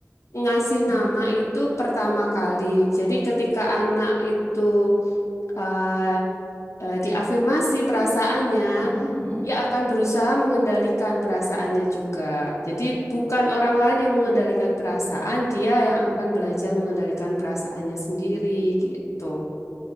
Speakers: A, on the left (about 65°); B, on the left (about 25°).
A: ngasih
B: Hmm,
A: nama itu pertama kali. Jadi ketika anak itu eh, eh, diafirmasi perasaannya,
B: mm-mm, mm-mm.
A: dia akan berusaha mengendalikan perasaannya juga. Jadi bukan orang lain yang mengendalikan
B: Oh,
A: perasaan, dia yang akan belajar mengendalikan perasaannya sendiri gitu.